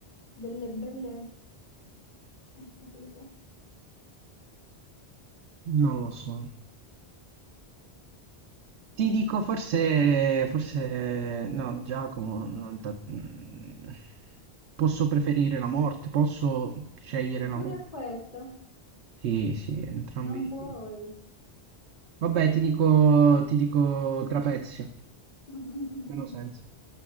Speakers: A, on the left; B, on the right.
A: delle belle... Eh, capito.
B: non lo so. Ti dico forse, forse no, Giacomo, non ta- mm, posso preferire la morte, posso scegliere la
A: Pure
B: morte.
A: a questo
B: Sì, sì, entrambi.
A: non puoi.
B: Vabbè, ti dico, ti dico Trapezio.
A: <laughs>
B: Meno senso.